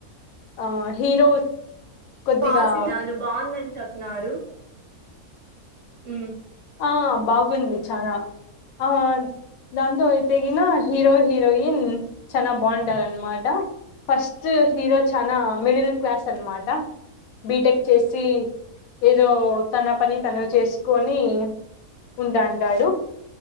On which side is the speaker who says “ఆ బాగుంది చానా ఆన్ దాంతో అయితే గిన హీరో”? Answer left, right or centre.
Left